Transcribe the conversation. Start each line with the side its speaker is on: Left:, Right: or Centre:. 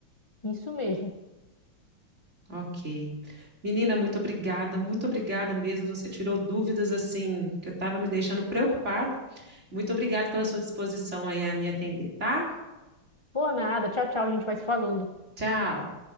Left: isso mesmo.
Right: Ok. Menina, muito obrigada, muito obrigada mesmo. Você tirou dúvidas assim que eu estava me deixando preocupada. Muito obrigada pela sua disposição aí a me atender, tá?
Left: Por nada, tchau, tchau, a gente vai se falando.
Right: Tchau.